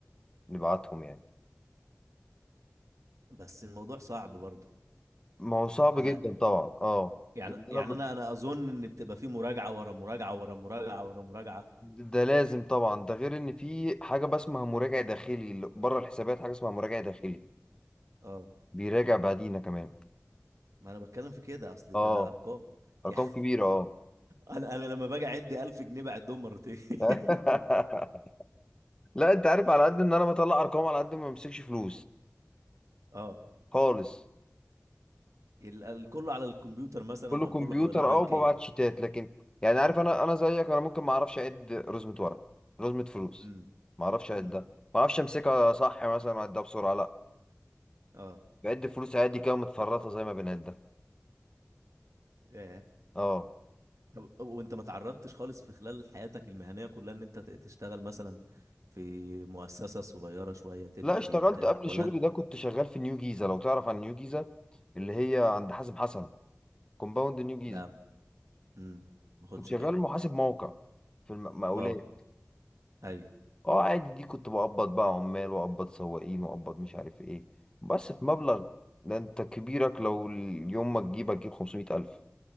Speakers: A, on the left; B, on the right.
A: نبعتهم يعني
B: بس الموضوع صعب برضه
A: ما هو صعب
B: انا
A: جدا طبعا اه
B: يعني
A: لان انا
B: يعني انا
A: ب...
B: انا اظن ان بتبقى في مراجعه ورا مراجعه ورا مراجعه ورا مراجعه
A: ده لازم طبعا ده غير ان في حاجه بقى اسمها مراجع داخلي بره الحسابات حاجه اسمها مراجع داخلي
B: اه
A: بيراجع بعدينا كمان
B: ما انا بتكلم في كده اصلي
A: اه
B: ده ارقام <laughs>
A: ارقام
B: يعني
A: كبيره اه
B: انا انا لما باجي اعد 1000 جنيه بعدهم مرتين <laughs>
A: <laughs> لا انت عارف على قد ان انا بطلع ارقام على قد ما بمسكش فلوس
B: اه
A: خالص
B: ال- ال- كله على الكمبيوتر مثلا
A: كله
B: او
A: كمبيوتر
B: كله حوالات بنكيه
A: اه وببعت شيتات لكن يعني عارف انا انا زيك انا ممكن ما اعرفش اعد رزمه ورق رزمه فلوس
B: امم
A: ما اعرفش اعدها
B: امم
A: ما اعرفش امسكها صح مثلا واعدها بسرعه لا
B: اه
A: بعد فلوس عادي كده متفرطه زي ما بنعدها
B: ياه.
A: اه
B: طب وانت ما تعرضتش خالص في خلال حياتك المهنيه كلها ان انت ت- تشتغل مثلا في مؤسسه صغيره شويه تبدا
A: لا اشتغلت
B: بيها بتاع
A: قبل
B: ولا
A: شغلي
B: انت
A: ده كنت شغال في نيو جيزه لو تعرف عن نيو جيزه اللي هي عند حازم حسن كومباوند نيو جيزه
B: لا امم ما خدش
A: كنت شغال
B: بالي
A: محاسب موقع في المقاولات
B: اه ايوه
A: اه عادي دي كنت بقبض بقى عمال واقبض سواقين واقبض مش عارف ايه بس في مبلغ ده انت كبيرك لو اليوم ما تجيب هتجيب 500 ألف